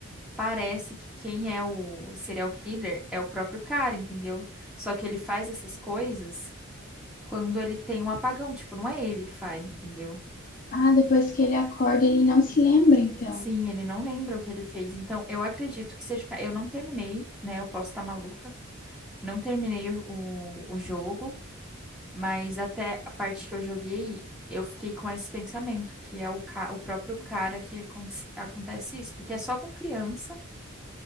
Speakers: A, in the centre; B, on the left.
A: parece que quem é o serial killer é o próprio cara, entendeu? Só que ele faz essas coisas quando ele tem um apagão, tipo, não é ele que faz, entendeu?
B: Ah, depois que ele acorda, ele não se lembra, então.
A: Sim, ele não lembra o que ele fez. Então, eu acredito que seja. o ca- Eu não terminei, né? Eu posso estar maluca. Não terminei o, o o jogo. Mas até a parte que eu joguei, eu fiquei com esse pensamento, que é o, ca- o próprio cara que aconte- acontece isso, porque é só com criança